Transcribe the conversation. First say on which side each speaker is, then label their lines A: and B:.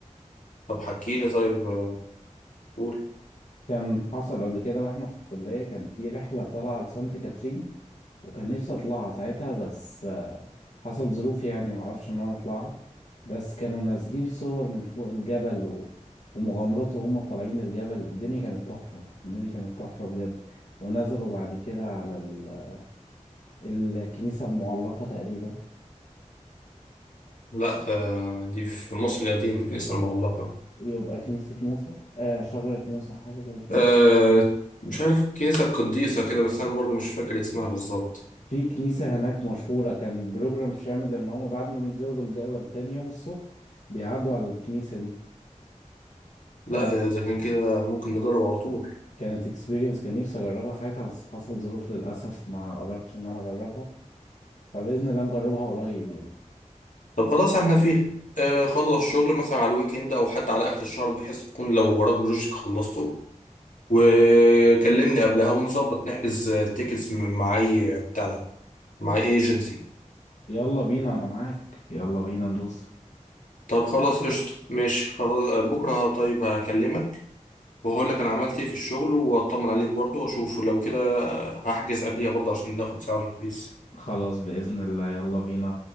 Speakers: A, on the left (about 85°); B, on the left (about 65°).
A: طب حكي لي طيب آه، قول
B: كان حصل قبل كده واحنا في الكلية كان في رحلة طالعة لسانت كاترين وكان نفسي اطلعها ساعتها بس آه، حصل ظروف يعني معرفش ان انا اطلعها بس كانوا نازلين صور من فوق الجبل و... ومغامرات وهم طالعين الجبل الدنيا كانت تحفة الدنيا كانت تحفة بجد ونزلوا بعد كده على ال... الكنيسة المعلقة تقريبا
A: لا آه، دي في مصر القديمه كنيسه المعلقه
B: يبقى كنيسة موسى آه شجرة موسى حاجة زي كده
A: آه مش عارف كنيسة قديسة كده بس أنا برضو مش فاكر اسمها بالظبط
B: في كنيسة هناك مشهورة كان بروجرام شامل ان هم بعد ما بينزلوا بالجبل تاني يوم الصبح بيعدوا على الكنيسة دي ف
A: لا آه، إذا كان كده ممكن نجرب على طول
B: كانت اكسبيرينس كان نفسي اجربها ساعتها بس حصل ظروف للاسف ما قدرتش ان انا اجربها فباذن الله نجربها قريب يعني
A: طب خلاص احنا فيها آه خلص شغل مثلا على الويك إند أو حتى على آخر الشهر بحيث تكون لو وراك بروجكت خلصته وكلمني قبلها ونظبط نحجز تيكتس مع أي بتاع ده مع أي ايجنسي
B: يلا بينا انا معاك يلا بينا ندوس
A: طب خلاص قشطة ماشي خلاص آه، بكرة طيب هكلمك وهقول لك أنا عملت إيه في الشغل وأطمن عليك برضو وأشوف لو كده آه، هحجز قبليها برضو عشان ناخد سعر رخيص
B: خلاص باذن الله يلا بينا